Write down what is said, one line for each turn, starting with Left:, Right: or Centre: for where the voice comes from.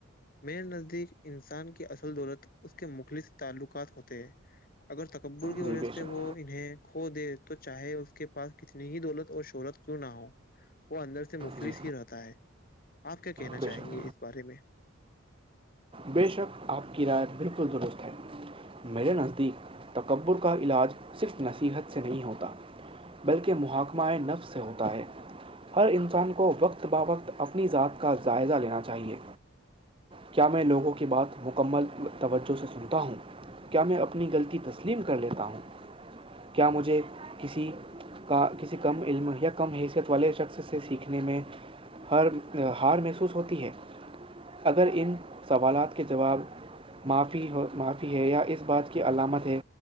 Left: میرے نزدیک انسان کی اصل دولت اس کے مخلص تعلقات ہوتے ہیں اگر تکبر کی وجہ
Right: جی بے
Left: سے
Right: شک
Left: وہ انہیں کھو دے تو چاہے کے پاس کتنی ہی دولت اور شہرت کیوں نہ ہو وہ اندر سے مفلس
Right: جی
Left: ہی رہتا ہے آپ کیا کہنا
Right: بے
Left: چاہیں
Right: شک
Left: گے اس بارے میں
Right: بے شک آپ کی رائے بالکل درست ہے میرے نزدیک تکبر کا علاج صرف نصیحت سے نہیں ہوتا بلکہ محاکہ مائع نف سے ہوتا ہے ہر انسان کے کو وقت ب وقت اپنی ذات کا جائزہ لینا چاہیے کیا میں لوگوں کو کی بات مکمل توجہ سے سنتا ہوں کیا میں اپنی غلطی تس تسلیم کر لیتا ہوں کیا مجھے کسی کا کسی کم علم یا کم حیثیت والے شخص سے سیکھنے میں ہر ہار محسوس ہوتی ہے اگر ان سوالات کے جواب ی معافی ہے یا اس بات کی علامت ہے